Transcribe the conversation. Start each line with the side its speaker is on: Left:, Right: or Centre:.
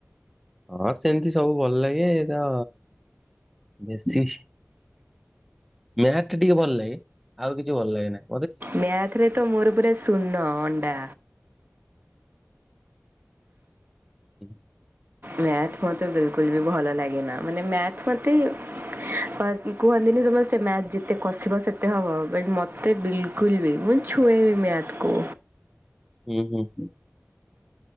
Centre: ହଁ ସେମିତି ସବୁ ଭଲ ଲାଗେ ଏଟା ବେଶୀ ମ୍ୟାଥ ଟିକେ ଭଲ ଲାଗେ ଆଉ କିଛି ଭଲ ଲାଗେ ନାଁ।
Right: ମ୍ୟାଥ ରେ ତ ମୋର ପୁରା ଶୂନ ଅଣ୍ଡା।
Centre: ହୁଁ।
Right: ମ୍ୟାଥ ମତେ ବେ ବିଲକୁଲ୍ ବି ଭଲ ଲାଗେନା। ମାନେ ମ୍ୟାଥ ମୋତେ କ କୁହନ୍ତିନି ସମସ୍ତେ ମ୍ୟାଥ ଯେତେ କସିବ ସେତ ମତେ ହବ ବ ମତେ ବିଲକୁଲ ବି ମୁଁ ଛୁଏଁନି ମ୍ୟାଥ କୁ।
Centre: ଉଁ ହୁଁ।